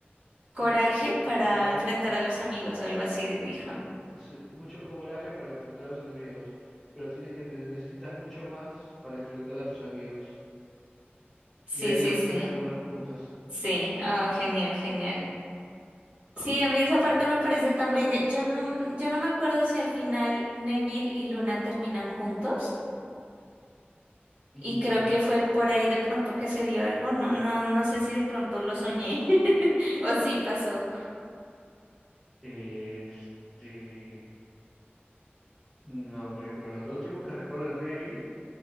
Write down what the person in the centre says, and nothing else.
mucho
coraje.
ah, sí, mucho coraje para enfrentar a los enemigos, pero tienes que necesitas mucho más para enfrentar a tus amigos.
Y ahí
lo
premia con unos puntos.
Sí.
Y
este No recuerdo. Lo último que recuerdo de Neville